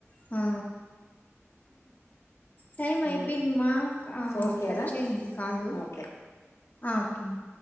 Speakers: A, on the left; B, on the left.
A: హా టైమ్ అయిపోయింది
B: మ్మ్
A: మా ఆ
B: ఓకేరా
A: కట్ చేయండి కాలు
B: ఓకే
A: ఆ ఓకేండి